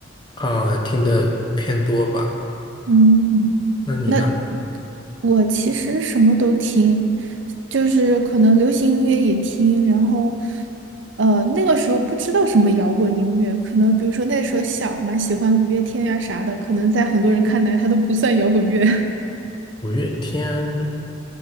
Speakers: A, on the left; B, on the right.
A: 啊、听的偏多吧？
B: 嗯，
A: 那你呢？
B: 那我其实什么都听，就是可能流行音乐也听，然后，呃，那个时候不知道什么摇滚音乐，可能比如说那时候小嘛，喜欢五月天呀、啥的，可能在很多人看来它都不算摇滚乐。<laughs>
A: 五月天。